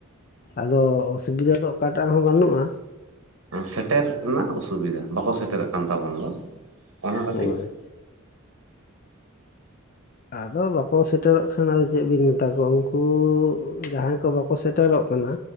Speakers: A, on the left (about 40°); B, on the right (about 65°).
A: ᱟᱫᱚ ᱚᱥᱩᱵᱤᱫᱟ ᱫᱚ ᱚᱠᱟᱴᱟᱜ ᱦᱚᱸ ᱵᱟᱹᱱᱩᱜᱼᱟ᱾
B: ᱥᱮᱴᱮᱨ ᱨᱮᱱᱟᱜ ᱚᱥᱩᱵᱤᱫᱟ ᱵᱟᱠᱚ ᱥᱮᱴᱮᱨᱚᱜ ᱠᱟᱱ ᱛᱟᱵᱚᱱ ᱫᱚ᱾ ᱚᱱᱟ ᱠᱟᱹᱴᱤᱡ
A: ᱦᱳᱭ᱾ ᱟᱫᱚ ᱵᱟᱠᱚ ᱥᱮᱴᱮᱨᱚᱜ ᱠᱷᱟᱱ ᱟᱫᱚ ᱪᱮᱜ ᱵᱤᱱ ᱢᱮᱛᱟ ᱠᱚᱣᱟ ᱩᱱᱠᱩ ᱡᱟᱦᱟᱸᱭ ᱠᱚ ᱵᱟᱠᱚ ᱥᱮᱴᱮᱨᱚᱜ ᱠᱟᱱᱟ᱾